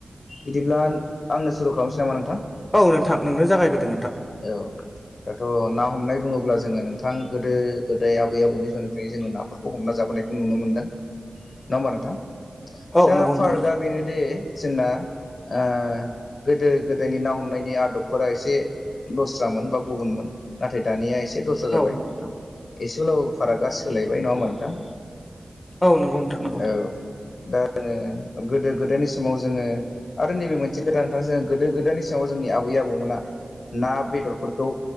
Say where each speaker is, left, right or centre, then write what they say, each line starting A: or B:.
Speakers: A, on the left; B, on the left.
A: बिदिब्ला आंनो सुरु खालामनोसै नामा नोंथां?
B: औ नोंथां नोंनो जागायग्रोदो नोंथां।
A: औ दाथ' ना हमनाय बुङोब्ला जोङो नोंथां गोदो गोदाय आबै आबौनि समनिफ्रायनो जोङो नाफोरखौ हमना जाबोनायखौ नुनो मोनदों। नङा होमबा नोंथां
B: औ
A: दा
B: नंगौ नोंथां
A: फारागा बेनोदि जोंना ओ गोदो गोदोनि ना हमनायनि आदबफोरा एसे दस्रामोन बा गुबुनमोन नाथाय दानिया एसे एसे दस्रा जाबाय
B: औ नोंथां
A: एसेब्लाबो फारागा सोलायबाय नङा होमबा नोंथां?
B: औ नंगौ नोंथां नंगौ
A: औ दा गोदो गोदायनि समाव जोङो आरो नैबे मोनसे गोदान नोंथां जों गोदो गोदायनि समाव जोंनि आबै आबौ हमना ना बेदरफोरखौ